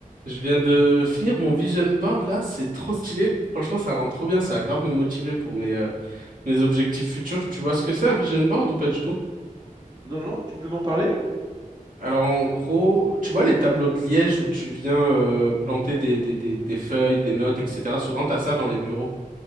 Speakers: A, on the right; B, on the right.
A: Je viens de finir mon vision board là, c'est trop stylé. Franchement, ça rend trop bien, ça a grave me motiver pour mes, euh, mes objectifs futurs. Tu vois ce que c'est un vision board ou pas du tout?
B: Non, non, non, tu peux m'en parler?
A: Alors en gros, tu vois les tableaux de liège où tu viens euh, planter des, des, des, des feuilles, des notes, etc. Souvent, t'as ça dans les bureaux.